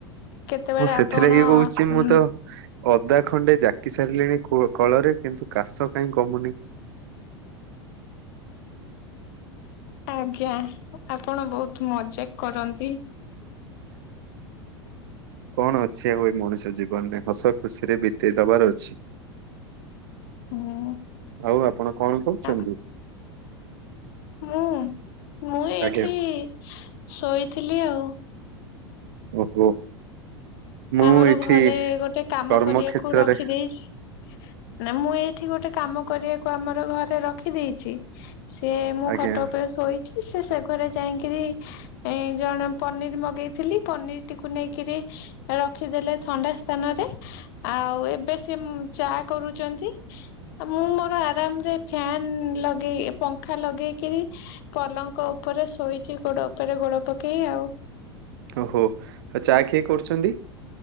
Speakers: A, on the left; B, on the right.
A: କେତେବେଳେ
B: ମୁଁ ସେଥିଲାଗି
A: ଆପଣ
B: କହୁଛି
A: ସୁଉଁ
B: ମୁଁ ତ ଅଦା ଖଣ୍ଡେ ଜାକି ସାରିଲେଣି କୁ-କଳରେ କିନ୍ତୁ କାଶ କାହିଁ କମୁନି?
A: ଆଜ୍ଞା ଆପଣ ବହୁତ ମଜା କରନ୍ତି।
B: କଣ ଅଛି ଆଉ ଏ ମଣିଷ ଜୀବନରେ ହସ ଖୁସି ରେ ବିତେଇ ଦବାର ଅଛି।
A: <unintelligible>
B: ଆଉ ଆପଣ କଣ କହୁଛନ୍ତି?
A: ଆ ମୁଁ, ମୁଁ ଏଇଠି
B: ଆଜ୍ଞା
A: ଶୋଇଥିଲି ଆଉ।
B: ଓହୋ। ମୁଁ
A: ଆମର
B: ଏଇଠି
A: ଘରେ ଗୋଟେ କାମ
B: କର୍ମ
A: କରିବାକୁ
B: କ୍ଷେତ୍ରରେ
A: ରଖି ଦେଇଛି। ନା ମୁଁ ଏଇଠି ଗୋଟେ କାମ କରିବାକୁ ଆମର ଘରେ ରଖିଦେଇଛି। ସିଏ ମୁଁ
B: ଆଜ୍ଞା
A: ଖଟ ଉପରେ ଶୋଇଛି ସେ ସେ ଘରେ ଯାଇଁକିରି ଏ ଜଣ ପନିର୍ ମଗେଇଥିଲି, ପନିର୍ ଟିକୁ ନେଇକିରି ରଖିଦେଲେ ଥଣ୍ଡା ସ୍ଥାନରେ। ଆଉ ଏବେ ସେ ଉଁ, ଚା କରୁଚନ୍ତି। ଆ, ମୁଁ ମୋର ଆରାମରେ ଫ୍ୟାନ୍ ଲଗେଇ, ପଙ୍ଖା ଲଗେଇକିରି ପଲଙ୍କ ଉପରେ ଶୋଇଛି ଗୋଡ ଉପରେ ଗୋଡ ପକେଇ ଆଉ।
B: ଓହୋ, ଆଉ ଚା କିଏ କରୁଛନ୍ତି?